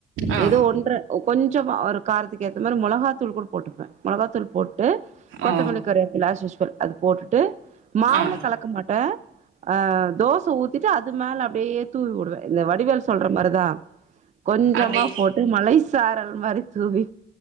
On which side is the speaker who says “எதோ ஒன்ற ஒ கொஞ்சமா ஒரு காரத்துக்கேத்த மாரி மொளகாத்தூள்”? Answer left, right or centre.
Right